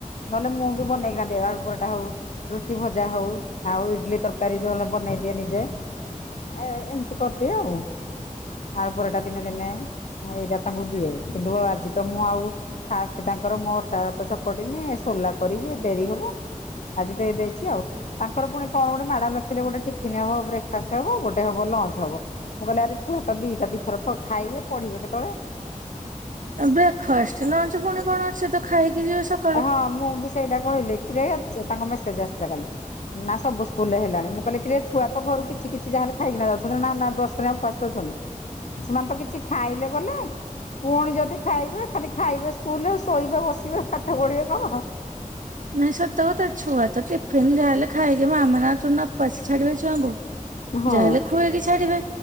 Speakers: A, on the left; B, on the right.
A: ନହେଲେ ମୁଁ ବି ବନେଇକିନା ଦେଏ ଆଳୁ ପରଟା ହଉ ରୁଟି ଭଜା ହଉ ଆଉ ଇଡଲି ତରକାରୀ ଯୋଉନ ବନେଇଦିଏ ନିଜେ। ଏ ଏମିତି କରିଦିଏ ଆଉ ଆଳୁ ପରଟା ଦିନେ ଦିନେ। ଏଇଟା ତାଙ୍କୁ ଦିଏ କିନ୍ତୁ ଆଜି ତ ମୁଁ ଆଉ ଫାଷ୍ଟ ତାଙ୍କର ମୋ ଅଟା <unintelligible> ପଡି ନି ସୋଲା କରିବି ଡେରି ହବ। ଆଜି ଦେଇ ଦେଇଛି ଆଉ ତାଙ୍କର ପୁଣି କଣ ଗୋଟେ ମ୍ୟାଡାମ୍ ଲେଖିଥିଲେ ଗୋଟେ ଟିଫିନ୍ ହବ ବ୍ରେ ଫାଷ୍ଟ ହବ ଗୋଟେ ହବ ଲଞ୍ଚ ହବ, ମୁଁ କହିଲି ଆରେ ଛୁଆ ତ ଦିଟା ଦିଥର ଖାଇବେ ପଢ଼ିବେ କେତେବେଳେ?
B: ବ୍ରେକ୍ଫାଷ୍ଟ ଲଞ୍ଚ ପୁଣି କଣ ସେ ତ ଖାଇକି ଯିବ ସ
A: ହଁ ମୁଁ ବି ସେଟା କହିଲି କିରେ ତାଙ୍କ ମେସେଜ ଆସିଲା କାଲି। ନା ସବୁ ସ୍କୁଲ ରେ ହେଲାଣି ମୁଁ କହିଲି କିରେ ଛୁଆ ତ ଘରୁ କିଛି କିଛି ଜାଗାରେ ଖାଇକିନା ଯାଉଛନ୍ତି ନା ବ୍ରସ୍ କରି ଉପାସ ଯାଉଛନ୍ତି? ସେମାନେ ତ କିଛି ଖାଇଲେ ବଲେ ପୁଣି ଯଦି ଖାଇବେ ଖାଲି ଖାଇବେ ସ୍କୁଲରେ ଆଉ ଶୋଇବେ ବସିବେ ପାଠ ପଢିବେ କଣ?
B: ନାଇଁ ସତ କଥା ଛୁଆ ତ ଟିଫିିନ ଯାହା ହେଲେ ଖାଇକି ମାଆ ମାନେ ଆଉ ଥୋଡିନା ଉପାସ ଛାଡିବେ ଛୁଆଙ୍କୁ।
A: ହଁ
B: ଯାହାହେଲେ ଖୁଏଇକି ଛାଡିବେ।